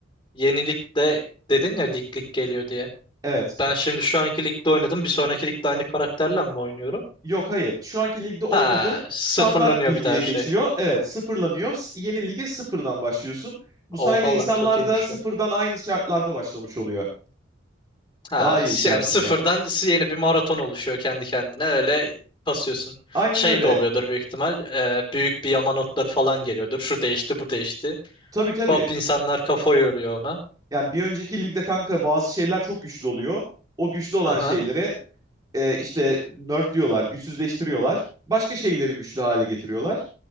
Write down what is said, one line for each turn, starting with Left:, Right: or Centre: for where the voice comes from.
Left: yenilikte dedin ya lig lig geliyor diye.
Right: Evet.
Left: Ben şimdi şu anki ligde oynadım. Bir sonraki ligde aynı karakterle mi oynuyorum?
Right: Yok hayır. Şu anki ligde oynadığın
Left: Ha, sıfırlanıyor
Right: standart lige
Left: bir de her
Right: geçiyor.
Left: şey.
Right: Evet, sıfırlanıyor. S- Yeni lige sıfırdan başlıyorsun. Bu
Left: Oha
Right: sayede insanlar
Left: lan çok iyiymiş
Right: da sıfırdan
Left: ya.
Right: aynı şartlarda başlamış oluyor.
Left: Ha,
Right: Daha iyi bir şey
Left: yani
Right: aslında.
Left: sıfırdan yeni bir maraton oluşuyor kendi kendine öyle kasıyorsun.
Right: Aynen
Left: Şey
Right: öyle.
Left: de oluyordur büyük ihtimal. e, büyük bir yama notları falan geliyordur. Şu değişti, bu değişti.
Right: Tabii tabii.
Left: Hop insanlar kafa yoruyor ona.
Right: Yani bir önceki ligde kanka bazı şeyler çok güçlü oluyor. O güçlü olan
Left: Aha.
Right: şeyleri e, işte nerf diyorlar, güçsüzleştiriyorlar. Başka şeyleri güçlü hale getiriyorlar.